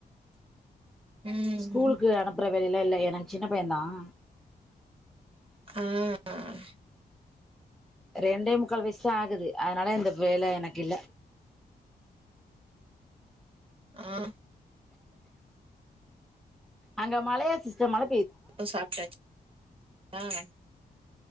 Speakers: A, on the right; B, in the centre.
A: ம்
B: ஸூலுக்கு அனுப்புற வெளிலாம் இல்ல எனக்கு சின்ன பையன் தான்
A: ஆஹ்ஹ
B: ரெண்டே முக்கால் வயசு ஆகுது அதனால இந்த வேலை எனக்கு இல்ல
A: ஆஹ்
B: அங்க மலையா சிஸ டர் மால
A: இப்ப சாப்பிட்டாச் <inaudible>